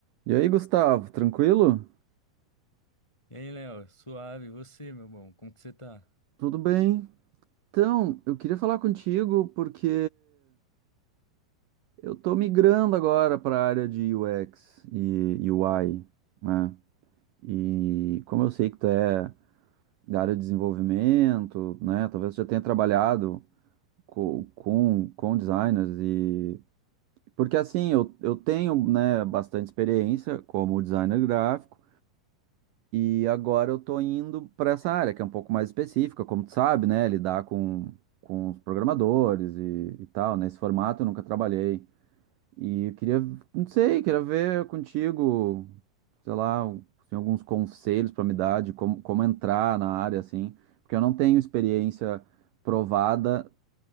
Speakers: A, on the right (about 75°); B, on the left (about 50°).
A: E aí, Gustavo, tranquilo?
B: E aí, Léo, suave, e você, meu bom, como que você tá?
A: Tudo bem? Então, eu queria falar contigo porque eu tô migrando agora para a área de UX e UI, né? E como eu sei que tu é da área de desenvolvimento, né? Talvez tu já tenha trabalhado co- com, com designers e... Porque assim, eu, eu tenho, né, bastante experiência como designer gráfico, E agora eu tô indo para essa área, que é um pouco mais específica, como tu sabe, né? Lidar com, com os programadores e, e tal. Nesse formato eu nunca trabalhei. E eu queria, não sei, queria ver contigo, sei lá, tem alguns conselhos para me dar de como, como entrar na área, assim. Porque eu não tenho experiência provada